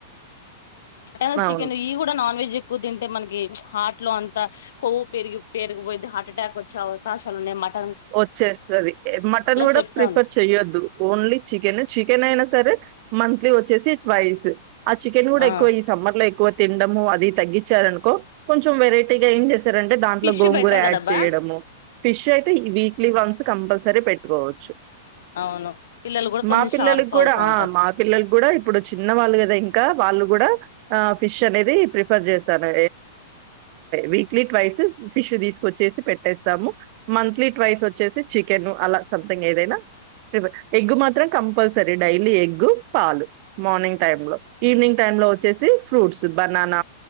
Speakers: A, on the left; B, on the right.
A: మటన్
B: అవును
A: చికెన్ ఇ కూడ నాన్ వెజ్ ఎక్కువ తింటే మనకి హట్ ట్లో అంత కొవ్వు పెరిగి హార్ట్ అటాక్ వచ్చే అవకాశాలు <unintelligible> ఉన్నాయి మట్
B: వచ్చేస్తది మటన్ కూడ
A: చెప్తాను
B: ప్రిఫర్ చెయొద్దు ఓన్లీ చికెన్ చికెన్ అయినా సరే మంత్లీ వచ్చేసి ట్వైస్ ఆ చికెన్ కూడ
A: ఆ
B: ఎక్కువ ఈ సమ్మర్ లో ఎక్కువ తొండము అది తగ్గించారనుకో కొంచెం వెరైటీగా ఏం చేస్ దాంట్లో
A: ఫిష్
B: గోంగుర
A: బెటర్
B: యాడ్
A: కదబ్బా
B: చేయడము ఫిష్ అయితే వీక్లీ వన్స్ కంపల్సరి <unintelligible> <unintelligible>
A: అవును పిల్లలు కూడా
B: మా
A: కొంచెం
B: పిల్లలకి
A: షార్ప్
B: కూడ
A: అవుతా
B: ఆ
A: ఉంటారు
B: మా పిల్లలకి కూడ ఇప్పుడు చిన్నవాళ్ళు కదా ఇంక వాళ్ళు కూడ ఆ ఫిష్ అనేది ప్రిఫర్ చేస్తాను వీక్లీ ట్వైస్ ఫిష్ తీసుకొచ్చ మంత్లీ ట్వైస్ వచ్చేసి చికెన్ అల సంథింగ్ ఏదైనా ఎగ్గు మాత్రం కంపల్సరీ డైలీ ఎగ్గు పాలు మార్నింగ్ టైమ్ లో ఈవినింగ్ టైమ్ లో వచ్చేసి ఫ్రూట్స్ బనాన